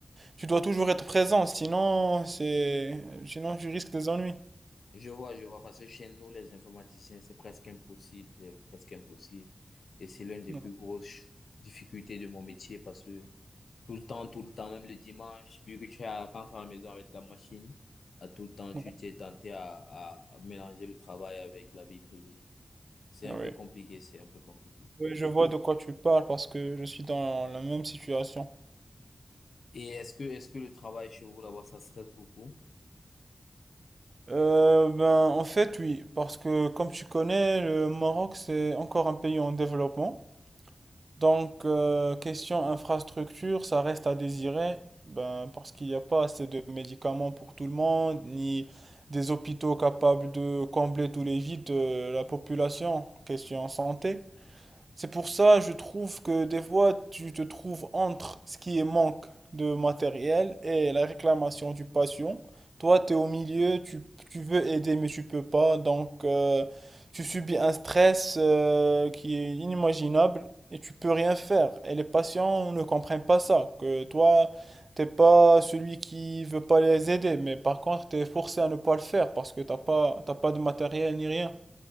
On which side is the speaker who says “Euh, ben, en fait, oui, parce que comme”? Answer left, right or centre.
Right